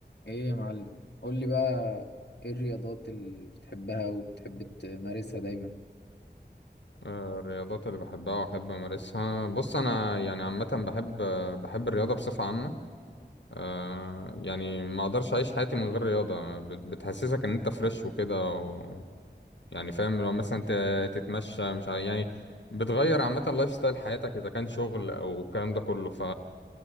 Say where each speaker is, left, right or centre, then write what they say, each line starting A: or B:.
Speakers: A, on the left; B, on the left.
A: ايه يا معلم قول لي بقى ايه الرياضات اللي بتحبها وبتحب تمارسها دايما
B: آه، الرياضات اللي بحبها وأحب أمارسها بص أنا يعني عامة بحب آه، بحب الرياضة بصفة عامة آه، يعني ما أقدرش أعيش حياتي من غير رياضة بت- بتحسسك إن أنت فريش وكده و... يعني فاهم لو مثلا ت- تتمشى مش عارف يعني بتغير عامة لايف ستايل حياتك إذا كان شغل أو الكلام ده كله ف